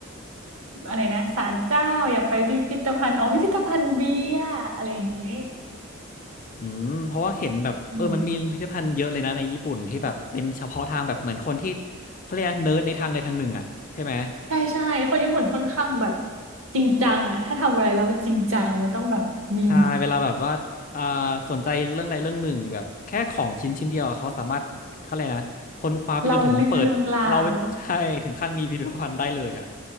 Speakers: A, on the right; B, on the left.
A: อะไรนะศาลเจ้าอยากไปพิพิธภัณฑ์อ๋อพิพิธภัณฑ์เบียร์อะไรอย่างนี้
B: อืมเพราะว่าเห็นแบบเออมันมีพิพิธภัณฑ์เยอะเลยนะในญี่ปุ่นที่แบบเป็นเฉพาะทางแบบเหมือนคนที่
A: อืม
B: เขาเรียกเนิร์ดในทางใดทางหนึ่งอ่ะใช่ไหม
A: ใช่ใช่คนญี่ปุ่นค่อนข้างแบบจริงจังอะถ้าทำอะไรแล้วมันจริงจังมันต้องแบบมี
B: ใช่เวลาแบบว่าอ่าสนใจเรื่องใดเรื่องหนึ่งแบบแค่ของชิ้นชิ้นเดียวอะเขาสามารถเขาเลยกนะค้นคว้าไปจนถึงเปิดเราใช่ถึงขั้นมีพิพิธภัณฑ์ได้เลยอ่ะ
A: เล่าเรื่องราว